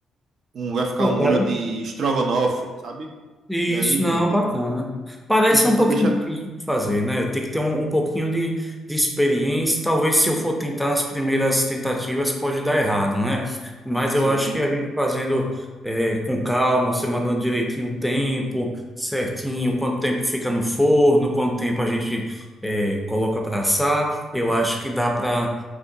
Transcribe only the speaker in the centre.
Pô,
cara,
Isso,
não,
bacana. Parece
um
pouquinho
difícil de fazer, né? Tem que ter um, um pouquinho de, de experiência. Talvez se eu for tentar nas primeiras tentativas, pode dar errado, né? Mas
eu acho que a gente fazendo é, com calma, você mandando direitinho o tempo, certinho, quanto tempo fica no forno, quanto tempo a gente é, coloca para assar, eu acho que dá para,